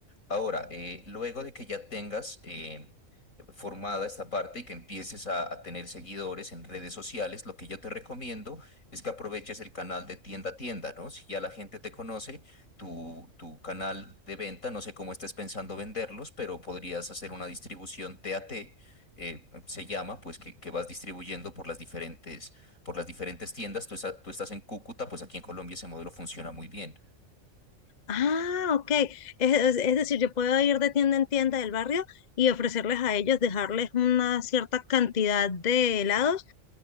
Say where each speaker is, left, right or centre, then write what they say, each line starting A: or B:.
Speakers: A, on the left (about 85°); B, on the left (about 40°).
A: Ahora, eh, luego de que ya tengas eh, formada esta parte y que empieces a, a tener seguidores en redes sociales, lo que yo te recomiendo es que aproveches el canal de tienda a tienda, ¿no? Si ya la gente te conoce, tu, tu canal de venta, no sé cómo estés pensando venderlos, pero podrías hacer una distribución TAT, eh, se llama, pues que, que vas distribuyendo por las diferentes, por las diferentes tiendas. Tú, esa- tú estás en Cúcuta, pues aquí en Colombia ese modelo funciona muy bien.
B: Ah, ok. Es, es- es decir, yo puedo ir de tienda en tienda del barrio y ofrecerles a ellos, dejarles una cierta cantidad de helados